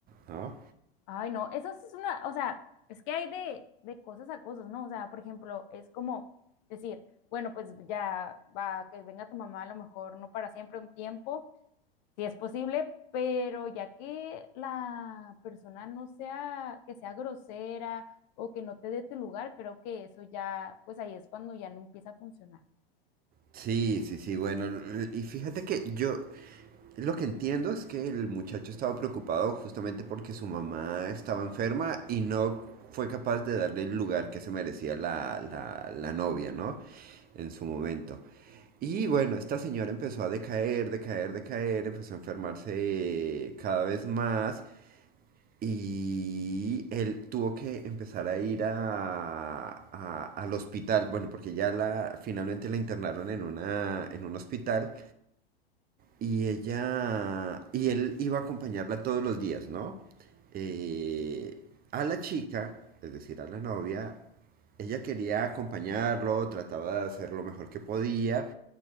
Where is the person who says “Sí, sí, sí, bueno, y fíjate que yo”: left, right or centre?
Right